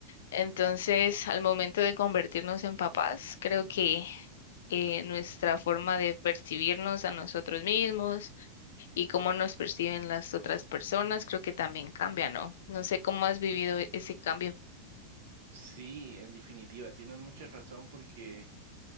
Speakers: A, on the left (about 60°); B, on the right (about 55°).
A: Entonces, al momento de convertirnos en papás, creo que eh, nuestra forma de percibirnos a nosotros mismos y
B: ujú.
A: cómo nos perciben las otras personas, creo que también cambia, ¿no? No sé cómo has vivido e- ese cambio.
B: Sí, en definitiva, tienes mucha razón porque